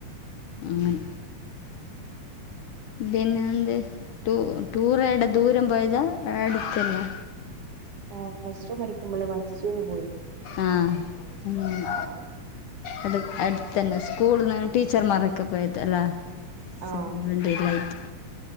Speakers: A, on the left; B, on the right.
A: ആഹ് പിന്നെ എന്ത് ടൂ ടൂറെട ദൂരം പോയതാ അട്ത്തന്ന്യ.
B: ആഹ് പ്ലസ് ടു പഠിക്കുമ്പള് മൈസൂര് പോയി.
A: ആഹ് ഏം
B: ആഹ്
A: അത് അട്ത്തന്നെ സ്കൂള്ന്ന് ടീച്ചർമാരൊക്കെ പോയത ല്ലാ <unintelligible>
B: ആഹ്